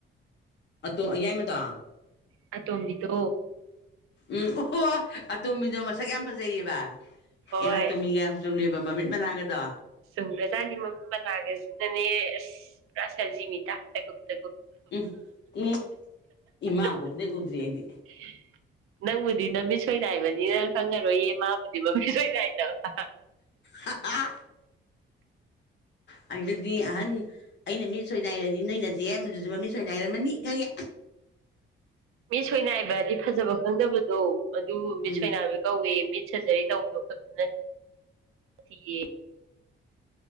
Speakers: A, on the left (about 55°); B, on the right (about 85°).
A: ꯑꯗꯣ ꯑꯌꯥꯏꯃꯗꯣ
B: ꯑꯇꯣꯝꯕꯤꯗꯣ
A: ꯎꯝ ꯑꯣꯍꯣ ꯑꯇꯣꯝꯕꯤꯗꯣ ꯃꯁꯛ ꯌꯥꯝ ꯐꯖꯩꯌꯦꯕ
B: ꯍꯣꯏ
A: ꯑꯦꯅꯥꯇꯣꯝꯃꯤꯒ ꯌꯥꯝ ꯆꯨꯝꯃꯦꯕ ꯃꯃꯤꯠ ꯃꯅꯥꯒꯗꯣ
B: ꯆꯨꯝꯒ꯭ꯔꯖꯥꯠꯅꯤ ꯃꯃꯤꯠ ꯃꯅꯥꯒꯖꯤꯅꯅꯦ ꯑꯥꯁ ꯁꯥꯖꯤ ꯃꯤꯠꯇ ꯇꯥꯀꯨꯞ ꯇꯥꯀꯨꯞ
A: ꯎꯝ ꯎꯝ ꯏꯃꯥ
B: <inaudible>
A: ꯄꯣꯛꯄꯗꯩ ꯎꯗ꯭ꯔꯤ ꯑꯩꯗꯤ
B: ꯅꯪꯕꯨꯗꯤ ꯅꯃꯤꯠ ꯁꯣꯏꯅꯥꯏꯕꯅꯤꯅ ꯈꯪꯉꯔꯣꯏꯌꯦ ꯃꯥꯕꯨꯗꯤ ꯃꯃꯤꯠ ꯁꯣꯏꯅꯥꯏꯗꯕ
A: ꯍꯥ ꯍꯥ ꯑꯗꯨꯗꯤ ꯑꯍꯥꯜ ꯑꯩꯅ ꯃꯤꯠ ꯁꯣꯏꯅꯥꯏꯔꯗꯤ ꯅꯣꯏ ꯅꯆꯦ ꯌꯥꯢꯃꯗꯨꯁꯨ ꯃꯃꯤꯠ ꯁꯣꯏꯅꯔꯝꯃꯅꯤ ꯈꯪꯉꯦ
B: ꯃꯤꯠ ꯁꯣꯏꯅꯥꯏꯕꯗꯤ ꯐꯖꯕ ꯈꯪꯗꯕꯗꯣ ꯑꯗꯨꯕꯨ ꯃꯤꯠ
A: ꯎꯝ
B: ꯁꯣꯏꯅꯥꯏꯕ ꯀꯧꯢ ꯃꯤꯠ ꯃꯤꯠ ꯁꯖꯔꯤ ꯇꯧꯕꯗꯣ ꯈꯛꯇꯅ ꯅꯠꯇꯦꯌꯦ